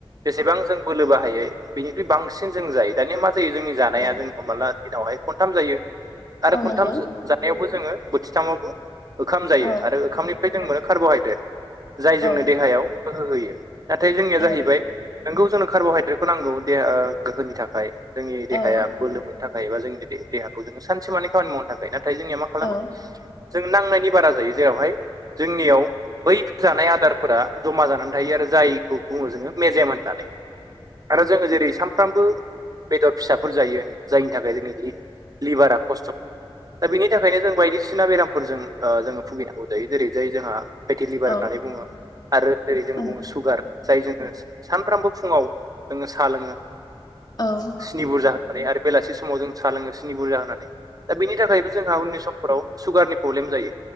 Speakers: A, on the right (about 40°); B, on the left (about 45°).
A: जेसेबां जों बोलो बाहायो बिनिख्रुइ बांसिन जों जायो दानिया मा जायो जोंनि जानाया
B: औ
A: जों हमला दिनावहाय खनथाम जायो आरो
B: औ
A: खनथाम
B: नंगौ
A: जानायावबो जोङो बोथिथामावबो ओखाम जायो
B: औ
A: आरो ओखामनिफ्राय जों
B: औ
A: मोनो कार्ब'हाइद्रेट जाय जोंनो
B: औ
A: देहायाव गोहो होयो नाथाय जोंनिया जाहैबाय
B: औ
A: नोंगौ जोंनो कार्ब'हाइद्रेटखौ नांगौ देहा गोहोनि थाखाय जोंनि देहाया
B: औ औ
A: बोलो मोननो थाखाय एबा जोंनि देहाखौ जोङो सानसे मानि खामानि मावनो थाखाय ना नाथाय जोंनिया मा खालामो
B: औ
A: जों नांनायनि बारा जायो जेरावहाय जोंनियाव बैफोर जानाय आदारफोरा जमा जानानै थायो आरो जायखौ बुङो जोङो मेजेम होननानै आरो जोङो जेरै सामफ्रामबो बेदर फिसाफोर जायो जायनि थाखाय जोंनि लिभारा खस्थ' दा बिनि थाखायनो जों बायदिसिना बेरामफोरजों ओ जोङो भुगिनांगौ जायो जेरै जाय जोंहा फाइटिलिभार
B: औ
A: होननानै बुङो आरो ओेरै जों
B: औ
A: बुङो सुगार जाय जोङो सानफ्रामबो फुङाव जोङो सा लोङो
B: औ
A: स्नि बुरजा होननानै आरो बेलासि समाव जों सा लोङो स्नि बुरजा होननानै दा बेनि थाखायबो जोंहा उननि समाव फोराव सुगारनि प्रब्लेम जायो